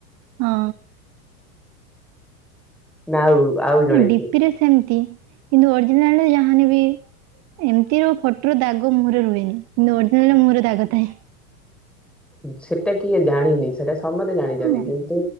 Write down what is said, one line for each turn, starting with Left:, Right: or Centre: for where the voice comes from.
Right: ହଁ।
Centre: ନା ଆଉ? ଜଣେ
Right: ଡି
Centre: କିଏ?
Right: ପିରେ ସେମିତି କିନ୍ତୁ ଅରିଜିନାଲରେ ଯାହା ହେନେ ବି ଏମିତି ରୁ ଫଟୋରୁ ଦାଗ ମୁହଁରେ ରୁହେନି। କିନ୍ତୁ ଅରଜିନାଲ ମୁହଁରେ ଦାଗ ଥାଏ।
Centre: ସେଟା କିଏ ଜାଣିନି ସେଟା ସମସ୍ତେ ଜାଣିଛନ୍ତି
Right: ହଁ
Centre: କିନ୍ତୁ